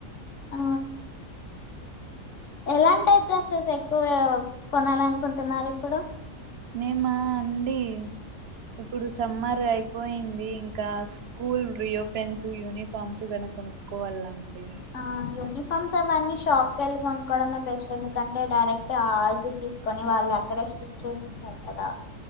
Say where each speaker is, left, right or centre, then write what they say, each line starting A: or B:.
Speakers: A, on the left; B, on the right.
A: ఆ ఎలాంటి టైప్ డ్రెస్సెస్ ఎక్కువ కొనాలనుకుంటున్నారు ఇప్పుడు
B: నేను మా అండి ఇప్పుడు సమ్మర్ అయిపోయింది ఇంకా స్కూల్ రీ యోపెన్స్ యూనిఫార్మ్స్ గన కొనుక్కోవాలండి
A: ఆ యూనిఫార్మ్స్ అవన్నీ షాప్ కెళ్ళి కొనుక్కోవడమే బెస్ట్ ఎందుకంటే డైరెక్ట్ ఆళ్తి తీసు్ కొని వాళ్ళు ఎక్కడే స్టిచ్ చేసిస్తారు కదా